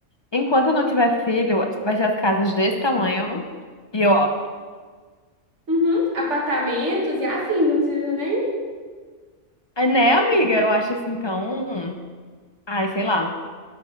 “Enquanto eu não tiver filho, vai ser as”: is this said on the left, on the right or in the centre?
Left